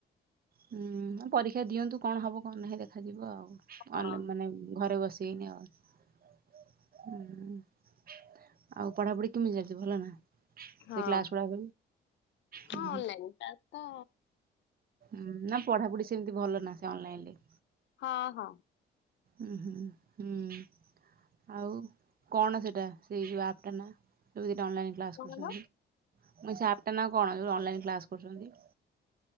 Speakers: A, on the right (about 50°); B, on the left (about 65°).
A: ହୁଁ ହଁ ପରୀକ୍ଷା ଦିଅନ୍ତୁ କଣ ହବ କଣ ନାହିଁ ଦେଖାଯିବ ଆଉ <unintelligible>
B: ହଁ
A: ମାନେ ଘରେ ବସି <unintelligible> ହୁଁ ଆଉ ପଢାପଢି କେମିତି ଚାଲିଚି ଭଲ ନା।
B: ହଁ
A: ସେ କ୍ଲାସ ଗୁଡା ହୁଁ ହୁଁ
B: ହଁ ଅନଲାଇନ୍ <unintelligible> ତ।
A: ହୁଁ ନା ପଢାପୁଢି ସେମିତି ଭଲ ନାଁ ସେ ଅନଲାଇନଲେ।
B: ହଁ ହଁ।
A: ଉଁହୁଁ ହୁଁ। ଆଉ କଣ ସେଟା ସେଇ ଯେଉ ଆପ୍ ଟା ନା ଯୋଉ ଦିଟା ଅନଲାଇନ୍ କ୍ଲାସ୍
B: କଣ
A: କରୁଛନ୍ତି ମୁଁ କହିଲି ସେ ଆପ୍ ଟା ନା କଣ ଯୋଉରା ଅନଲାଇନ୍ କ୍ଲାସ୍ କରୁଛନ୍ତି।